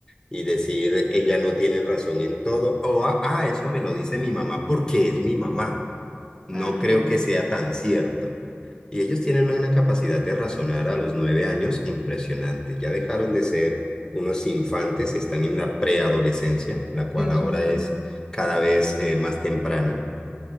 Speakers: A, on the left; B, on the right.
A: y decir, ella no tiene razón en todo, o ah, ah, eso me lo dice mi mamá porque es mi mamá. No
B: Ajá.
A: creo que sea tan cierto. Y ellos tienen una capacidad de razonar a los nueve años impresionante. Ya dejaron de ser unos infantes, están en la preadolescencia, la cual
B: Dios
A: ahora
B: mío.
A: es cada vez eh, más temprana.